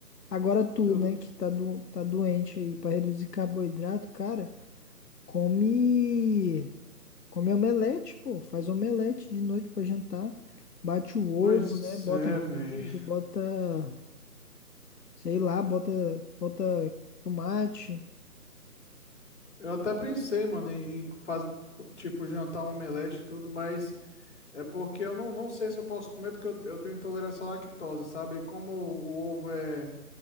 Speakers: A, on the left; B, on the left.
A: Agora tu,
B: Eu,
A: né, que tá, do, tá doente aí pra reduzir carboidrato, cara, come, come omelete, pô. Faz omelete de noite pra jantar. Bate o ovo,
B: pois
A: né? Bota
B: é, velho.
A: queijo, bota, sei lá, bota, bota tomate.
B: Eu até pensei, mano, em fazer tipo, jantar um omelete e tudo, mas é porque eu não, não sei se eu posso comer, porque eu, te- eu tenho intolerância à lactose, sabe? E como o ovo é,